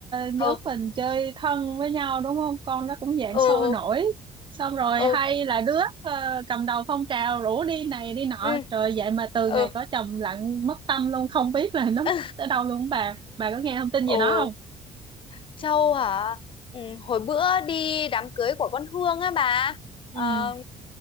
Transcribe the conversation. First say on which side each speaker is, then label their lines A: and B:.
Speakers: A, on the right (about 45°); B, on the left (about 50°).
A: nhóm
B: ừ
A: mình chơi thân với nhau đúng không con nó cũng dạng
B: ừ
A: sôi nổi xong rồi
B: ừ
A: hay là đứa ờ, cầm đầu phong trào rủ đi này đi nọ
B: ừ
A: rồi vậy mà từ
B: ừ
A: ngày
B: ừ
A: có chồng lặng mất tâm luôn không biết là nó mất
B: <laughs>
A: ở đâu luôn bà bà có nghe thông tin gì
B: ừ.
A: đó không
B: Châu hả? Ừ, hồi bữa đi đám cưới của con Hương á bà.
A: ừ
B: Ờ,